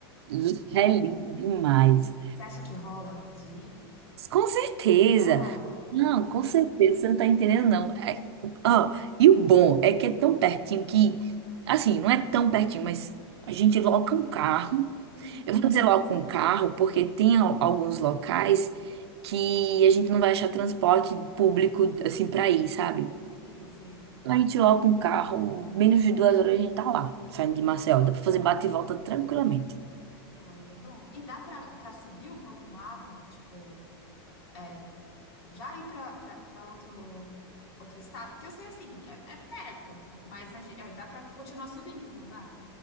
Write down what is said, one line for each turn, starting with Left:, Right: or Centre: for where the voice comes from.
Right: Li- É lindo demais.
Left: Você acha que rola de ir?
Right: Com certeza.
Left: Ah,
Right: Não, com certeza. Você não tá entendendo, não. É- ó, e o bom é que é tão pertinho que, assim, não é tão pertinho, mas a gente loca um carro.
Left: Uhum.
Right: Eu vou dizer loca um carro, porque tem al- alguns locais que a gente não vai achar transporte público, assim, pra ir, sabe?
Left: Sei, sei.
Right: A gente loca um carro, menos de duas horas a gente tá lá, saindo de Marcel. Dá pra fazer bate e volta tranquilamente.
Left: Pô, aí é bom. E dá pra, pra subir um pouco o mapa? Tipo, é, já ir pra, pra, pra outro, outro estado? Porque eu sei assim, é, é perto, mas a gen- é, dá pra continuar subindo, não dá?